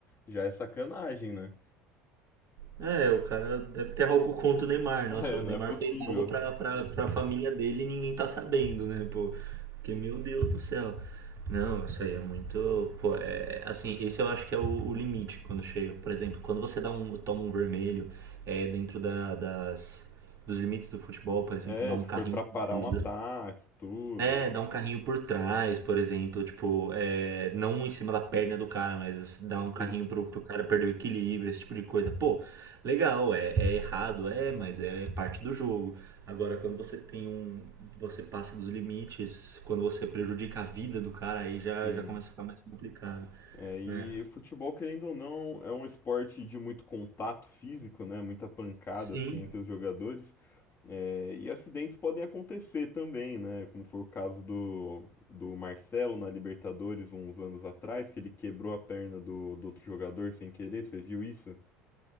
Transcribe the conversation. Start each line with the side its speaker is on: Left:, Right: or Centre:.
Left: já é sacanagem, né?
Right: É, o cara deve ter algo contra o Neymar.
Left: <laughs>
Right: Nossa,
Left: É,
Right: o
Left: não
Right: Neymar
Left: é possível.
Right: fez algo pra, pra, pra família dele e ninguém tá sabendo, né, pô? Porque, meu Deus do céu. Não, isso aí é muito. Pô, é. Assim, esse eu acho que é o, o limite quando chega. Por exemplo, quando você dá um, toma um vermelho, é dentro da- das, dos limites do futebol, por exemplo,
Left: É,
Right: dá um
Left: tipo,
Right: carrinho
Left: foi pra parar
Right: mais
Left: um ataque, tudo.
Right: é, dá um carrinho por trás, por exemplo, tipo, é, não em cima da perna do cara, mas dá
Left: Sim,
Right: um carrinho pro, pro cara perder o equilíbrio, esse tipo de coisa. Pô, legal, é, é errado, é, mas é parte do jogo. Agora, quando você tem um, você passa dos limites, quando você prejudica a vida do cara, aí já,
Left: sim.
Right: já começa a ficar mais complicado,
Left: É, e
Right: né?
Left: futebol, querendo ou não, é um esporte de muito contato físico, né? Muita pancada
Right: Sim.
Left: assim entre os jogadores. É, e acidentes podem acontecer também, né? Como foi o caso do, do Marcelo na Libertadores uns anos atrás, que ele quebrou a perna do, do outro jogador sem querer, você viu isso?